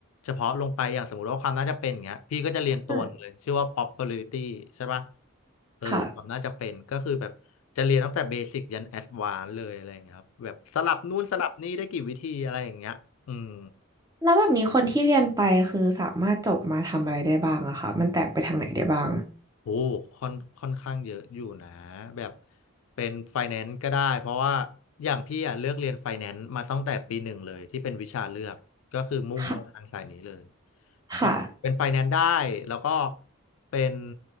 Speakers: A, on the left; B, on the right.
A: เฉพาะลงไปอย่างสมมติว่าความน่าจะเป็นอย่างเงี้ยพี่ก็จะเรียนตัวหนึงเลยชื่อว่า
B: อืม
A: probability ใช่ปะเออความน่าจะเป็นก็คือแบบจะเรียนตั้งแต่เบสิกยันแอดวานซ์เลยอะไรอย่างเงี้ยครับแบบสลับนู่นสลับนี่ได้กี่วิธีอะไรอย่างเงี้ยอืม
B: ค่ะ แล้วแบบนี้คนที่เรียนไปคือสามารถจบมาทำอะไรได้บ้างอะคะมันแตกไปทางไหนได้บ้าง
A: โอ้ค่อนค่อนข้างเยอะอยู่นะแบบเป็นไฟแนนซ์ก็ได้เพราะว่าอย่างพี่อ่ะเลือกเรียนไฟแนนซ์มาตั้งแต่ปีหนึ่งเลยที่เป็นวิชาเลือกก็คือมุ่งมาทางสายนี้เลย
B: ค่ะค่ะ
A: ใช่เป็นไฟแนนซ์ได้แล้วก็เป็น